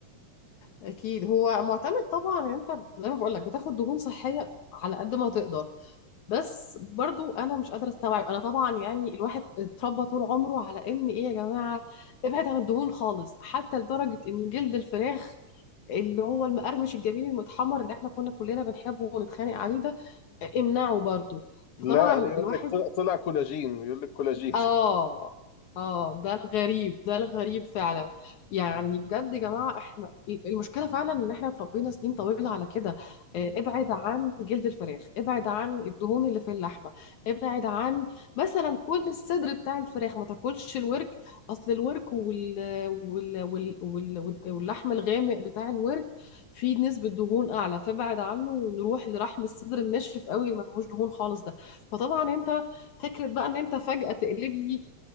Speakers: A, on the left; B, on the left.
A: اكيد هو معتمد طبعا انت زي ما بقول لك بتاخد دهون صحيه على قد ما تقدر بس برضو انا مش قادره استوعب انا طبعا يعني الواحد اتربى طول عمره على ان ايه يا جماعه ابعد عن الدهون خالص حتى لدرجه ان جلد الفراخ اللي هو المقرمش الجميل المتحمر اللي احنا كنا كلنا بنحبه ونتخانق عليه ده امنعه برضو فطبعا
B: لا يقول
A: الواحد
B: لك طلع طلع كولاجين يقول لك كولاجين
A: اه اه ده الغريب ده الغريب فعلا يعني بجد يا جماعة احنا المشكلة فعلا ان احنا اتربينا سنين طويلة على كده آه، ابعد عن جلد الفراخ ابعد عن الدهون اللي في اللحمة ابعد عن مثلا كل الصدر بتاع الفراخ ما تاكلش الورك اصل الورك وال... وال... وال... وال... وال- واللحم الغامق بتاع الورك فيه نسبة دهون اعلى فابعد عنه ونروح لرحم الصدر الناشف قوي اللي ما فيهوش دهون خالص ده فطبعا انت فكرة بقى ان انت فجأة تقلب لي